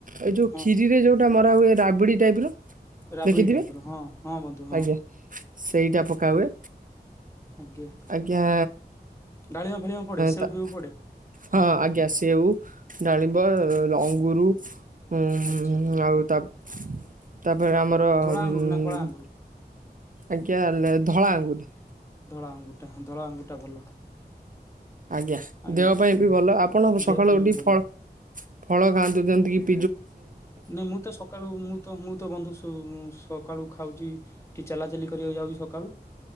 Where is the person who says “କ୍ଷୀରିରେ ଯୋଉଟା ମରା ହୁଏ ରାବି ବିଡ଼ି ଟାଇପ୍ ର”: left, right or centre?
Right